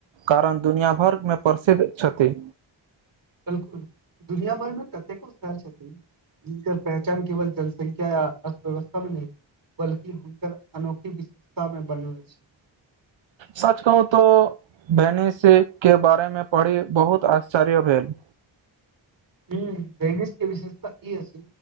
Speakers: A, on the right; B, on the right.
A: कारण द। दुनिया भरमें प्रसिद्ध छथि।
B: बिल्कुल, दुनिया भरमें कतेको शहर छथि। जिनकर पहचान केवल जनसंख्या या अर्थव्यवस्था में नहि। बल्कि हुनकर अनोखी विशेषता में बनल अछि।
A: सच कहू तो भैनीस के बारे मे पढ़ी बहुत आश्चर्य भेल।
B: हूं, भेनिश के विशेषता ई अछि